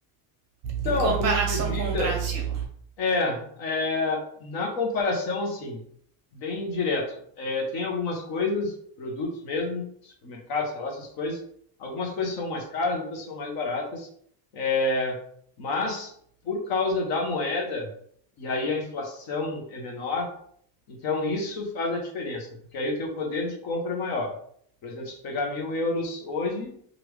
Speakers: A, on the left; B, on the right.
A: Então,
B: em comparação
A: custo de vida
B: com o Brasil?
A: é, é, na comparação, assim, bem direto. É, tem algumas coisas, produtos mesmo, supermercados, sei lá, essas coisas. Algumas coisas são mais caras, outras são mais baratas. É, mas por causa da moeda, e aí a inflação é menor, então isso faz a diferença, porque aí o teu poder de compra é maior. Por exemplo, se tu pegar mil euros hoje,